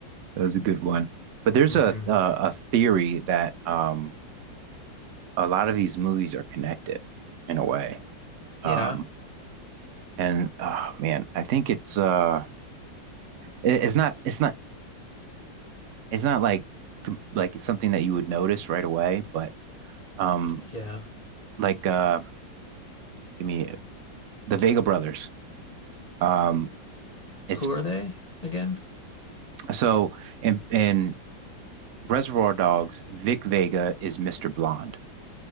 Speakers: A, on the right (about 70°); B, on the left (about 35°).
A: that was a good one. But there's
B: hmm
A: a a, a theory that um a lot of these movies are connected in a way.
B: Yeah.
A: Um, And oh man, I think it's uh it- it's not it's not it's not like com- like something that you would notice right away, but um
B: Yeah.
A: like uh give me the Vega brothers. Um it's
B: Who are they again?
A: so in in Reservoir Dogs, Vic Vega is Mr. Blonde.